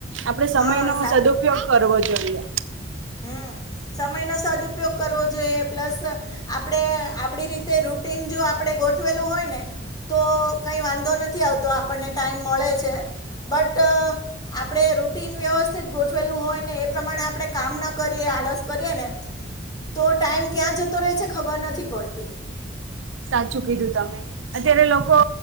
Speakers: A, on the right; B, on the left.
A: આપડે સમય
B: હા
A: નો સદઉપયોગ કરવો જોઈએ.
B: હમ્મ, સમય નો સદઉપયોગ કરવો જોઈએ પ્લસ આપણે આપડી રીતે રૂટીન જો આપણે ગોઠવેલું હોય ને તો કંઈ વાંધો નથી આવતો આપણને ટાઈમ મળે છે બટ આપડે રૂટીન વ્યવસ્થિત ગોઠવેલું હોય ને એ પ્રમાણે આપણે કામ ના કરીએ આળસ કરીએ ને તો ટાઈમ ક્યાં જતો રહે છે ખબર નથી પડતી.
A: સાચું કીધું તમે અત્યારે લોકો